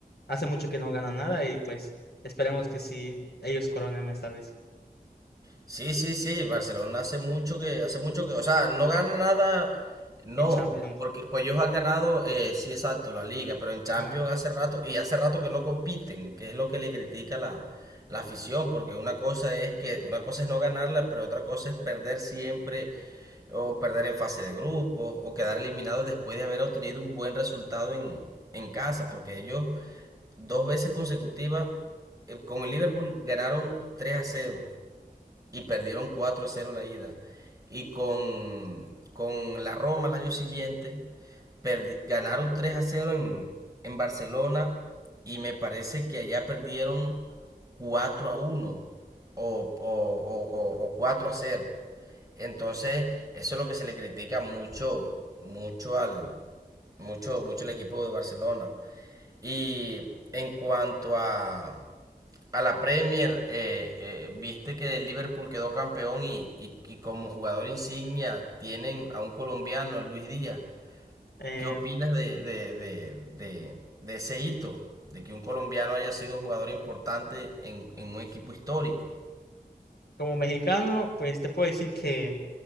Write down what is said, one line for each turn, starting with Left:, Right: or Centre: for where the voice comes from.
Left: hace mucho que no ganan nada y pues esperemos que sí ellos coronen esta vez
Right: Sí, sí, sí, Barcelona hace mucho que, hace mucho que, o sea, no gana nada, no,
Left: en Champions.
Right: porque pues ellos han ganado, eh, sí, exacto, la liga, pero en Champions
Left: Ajá.
Right: hace rato, y hace rato que no compiten, que es lo que le critica la, la afición, porque una cosa es que, una cosa es no ganarla, pero otra cosa es perder siempre, o perder en fase de grupos, o quedar eliminado después de haber obtenido un buen resultado en, en casa, porque ellos dos veces consecutivas, eh, con el Liverpool ganaron 3 a cero y perdieron 4 a cero en la ida. Y con, con la Roma el año siguiente perdi- ganaron 3 a cero en, en Barcelona y me parece que allá perdieron 4 a uno o, o, o- o- o 4 a cero Entonces, eso es lo que se le critica mucho, mucho al, mucho, mucho el equipo de Barcelona. Y en cuanto a, a la Premier, eh, eh, viste que el Liverpool quedó campeón y, y, y como jugador insignia tienen a un colombiano, a Luis Díaz.
Left: Eh,
Right: ¿Qué opinas de,
Left: mm,
Right: de, de, de, de ese hito? De que un colombiano haya sido un jugador importante en, en un equipo histórico.
Left: como mexicano, pues te puedo decir que,